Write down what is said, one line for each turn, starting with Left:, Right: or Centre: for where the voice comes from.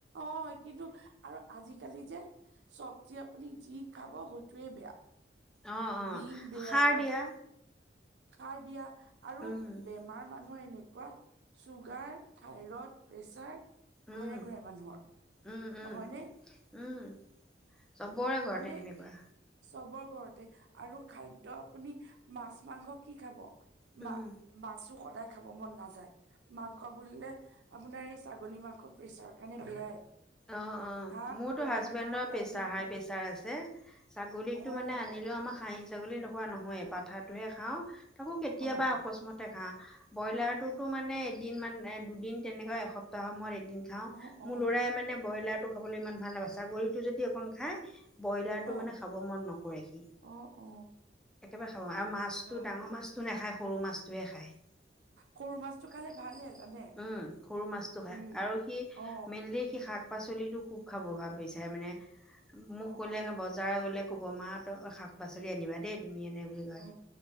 Right: অ'! কিন্তু, আৰু আজিকালি, যে চবজি, আপুনি যি খাব, সেইটোৱে বেয়া।
Centre: অ অ
Right: বিন বেয়া,
Centre: সাৰ দিয়া
Right: সাৰ দিয়া আৰু
Centre: উম
Right: বে আমাৰ, মানুহৰ এনেকুৱা, চুগাৰ, থাইৰইড, প্ৰেচাৰ।
Centre: উম,
Right: ঘৰে ঘৰে মানুহৰ
Centre: উম-উম,
Right: নহয়নে
Centre: উম! চবৰে ঘৰতে
Right: মানে,
Centre: তেনেকুৱা
Right: চবৰ ঘৰতে আৰু খাদ্য আপুনি, মাছ- মাংস কি খাব?
Centre: উম
Right: মা মাছো, সদায় খাব মন নাযায়। মাংস বুলিলে, আপোনাৰ এই ছাগলী মাংস, প্ৰেচাৰৰ কাৰণে, বেয়াই।
Centre: অ'! অ'!
Right: হা
Centre: মোৰতো
Right: পুৰণা
Centre: হাজবেণ্ডৰ
Right: বেমাৰ উকাই
Centre: প্ৰেচাৰ,
Right: বুলি
Centre: হাই-
Right: কয়
Centre: প্ৰেচাৰ। <unintelligible> আছে। ছাগলীটো
Right: অ
Centre: মানে, আনিলেও
Right: অ
Centre: আমাক খাহী ছাগলী, নোখোৱা নহয়, পাঠাটোহে খাওঁ। তাকো, কেতিয়াবা
Right: অ
Centre: অকস্মাতে, খাওঁ। ব্ৰইলাৰটোতো,
Right: অ
Centre: মানে দুদিন মান, দুদিন তেনেকুৱা, এসপ্তাহ সময়, এদিন খাওঁ।
Right: অ অ
Centre: মোৰ ল'ৰাই মানে, ব্ৰইলাৰটো খাবলৈ ইমান ভাল নাপাই, ছাগলিটো যদি, অকণ খায়। ব্ৰইলাৰতটো
Right: অ
Centre: মানে, খাব মন নকৰে, সি।
Right: অ অ
Centre: একেবাৰে, খাব আৰু মাছটো,
Right: আচ্ছা
Centre: ডাঙৰ মাছ নাখায়, সৰু মাছটোৱে খায়। <unintelligible>
Right: সৰু মাছটো খালে ভালহে জানে
Centre: উম! সৰু মাছটো খায়।
Right: উম
Centre: আৰু সি,
Right: অ
Centre: মেইনলি, সি শাক পাচলটো খুউব খাব, ভাল পাইছে মানে। মোক
Right: অ
Centre: ক'লে,
Right: অ
Centre: বাজাৰ গ'লে মানে, মোক ক'ব, মা <unintelligible> শাক-পাচলি আনিবা দেই, তুমি? এনে বুলি কয়।
Right: অ